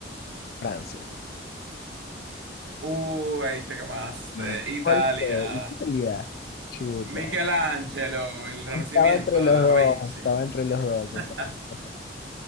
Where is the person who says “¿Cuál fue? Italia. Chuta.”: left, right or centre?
Left